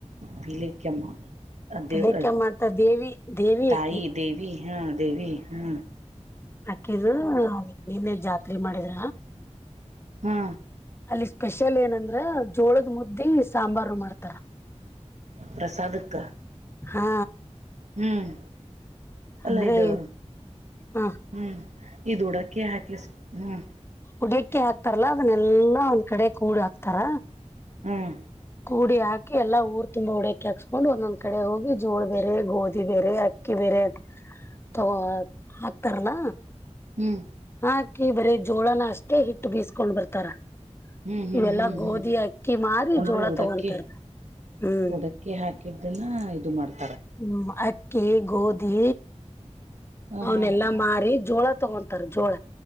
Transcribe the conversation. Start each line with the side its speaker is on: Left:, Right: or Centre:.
Right: ಪೀಳಕಮ್ಮ ದೇವ
Left: ಪಿಲಕ್ಕೆಮ್ಮ ಅಂತ ದೇವಿ ದೇವಿ
Right: ತಾಯಿ
Left: ಅಕಿ
Right: ದೇವಿ ಹಾ ದೇವಿ ಹ್ಮ
Left: ಹಾಕಿದ್ ನಿನ್ನೆ ಜಾತ್ರೆ ಮಾಡಿದ್ರ
Right: ಹಾ
Left: ಅಲ್ಲಿ ಸ್ಪೆಷಲ್ ಏನಂದ್ರ ಜೋಳದ ಮುದ್ದಿ ಸಾಂಬಾರ ಮಾಡ್ತಾರ
Right: ಪ್ರಸಾಾದಕ್ಕ
Left: ಹಾ
Right: ಹ್ಮ್ ಅಲ್ಲ
Left: ಅಂದ್ರೆ
Right: ಇದು
Left: ಹ
Right: ಹ್ಮ್ ಇ್ ಉಡಾಕ್ಕಿ ಹಾಕ್ಲಿ ಹ್ಮ್
Left: ಉಡಕ್ಕೆ ಹಾಕ್ತಾರಲ್ಲಾ ಅದನ್ನೆಲ್ಲಾ ಒಂದ್ ಕಡೆ ಕೂಡ್ ಹಾಕ್ತಾರ
Right: ಹ್ಮ್
Left: ಕೂಡಿ ಹಾಕಿ ಎಲ್ಲ ಊರ್ ತುಂಬಾ ಡಕೆ ಹಾಕ್ಸ್ಕೊಂಡು ಒಂದೊಂದ್ ಕಡೆ ಹೋಗಿ ಜೋಳ ಬೇರೆ ಗೋಧಿ ಬೇರೆ ಅಕ್ಕಿ ಬೇರೆ ಬೇರೆ ತಗೋ ಹಾಕ್ತಾರಲ
Right: ಹ್ಮ್
Left: ಹಾಕಿ ಬರ ಜೋಳನ ಅಷ್ಟೇ ಹಿಟ್ಟು ಬೀಸ್ಕೊಂಡ್ ಬರ್ತಾರ
Right: ಹ್ಮ್ ಹ್ಮ್
Left: ಇವೆಲ್ಲಾ
Right: ಹ್ಮ್
Left: ಗೋಧಿ
Right: ಹ್ಮ್
Left: ಅಕ್ಕಿ ಮಾರಿ
Right: ಅಂದ್ರೆ
Left: ಜೋಳ
Right: ಉಡಕ್ಕಿ
Left: ತಗೊಂತಾರೆ ಹ್ಮ್
Right: ಉಡಕ್ಕಿ ಹಾಕಿದ್ದನ್ನ ಇದು ಮಾಡ್ತಾರೆ
Left: ಹ್ಮ್ ಅಕ್ಕಿ ಗೋಧಿ
Right: ಹ
Left: ಅವನೆಲ್ಲಾ
Right: ಹಾ
Left: ಮಾರಿ ಜೋಳ ತಗೊಂತಾರ ಜೋಳ